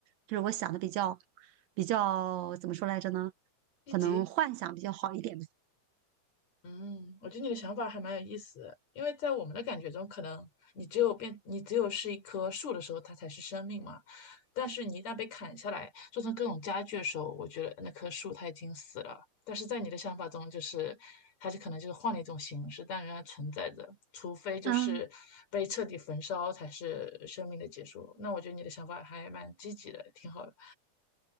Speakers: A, on the right (about 75°); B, on the left (about 65°).
A: 就是我想的比较比较怎么说来着呢？
B: 一级。
A: 可能幻想比较好一点吧。
B: 嗯，我觉得你的想法还蛮有意思的，因为在我们的感觉中，可能你只有变，你只有是一棵树的时候，它才是生命嘛。但是你一旦被砍下来，做成各种家具的时候，我觉得那棵树它已经死了。但是在你的想法中，就是它就可能就是换了一种形式，但仍然存在着，除非就是被彻底焚烧才是生命的结束。
A: 嗯，
B: 那我觉得你的想法还蛮积极的，挺好的。